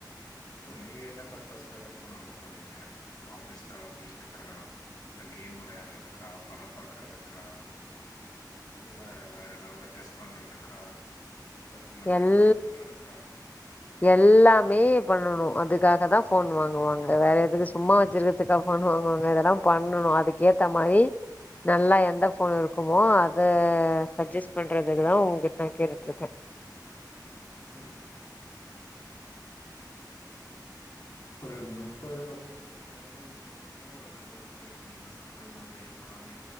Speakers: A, on the left; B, on the left.
A: சோ நீங்க என்ன பர்பஸ்க்காக ஃபோன் வாங்க போறீங்க ஆஃபீஸ்க்கா வீட்டுக்கா அ கேம் வெளையாடுறதுக்கா பட பாக்கறதுக்கா இல்ல வேற ஏதாவது டெஸ்ட் பண்றதுக்கா இல்லை சும்மா
B: எல்
A: டைம் பாஸ் பண்றதுக்கா
B: எல்லாமே பண்ணணு அதுக்காதா ஃபோன் வாங்குவாங்க வேற எதுக்கு சும்மா வெச்சிருக்குறதுக்க ஃபோன் வாங்குவாங்க இதெல்லா பண்ணணு அதுக்கேத்த மாரி நல்லா எந்த ஃபோன் இருக்குமோ அத சஜெஸ்ட் பண்றதுக்குதா உங்க்கிட்ட நா கேட்டுட்டு இருக்கே
A: ம் ஒரு நுப்பது நுப்பத்தி அஞ்சாயிரோ இருந்துச்சுன்னா ஒரு நல்லா ஃபோன் இப்ப நீங்க சொல்ற மாதிரில்லா எல்லாமே